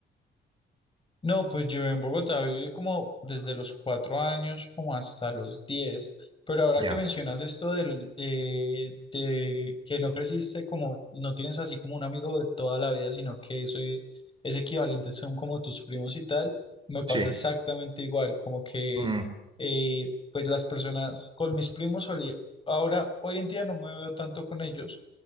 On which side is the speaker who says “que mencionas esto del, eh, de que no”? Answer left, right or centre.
Left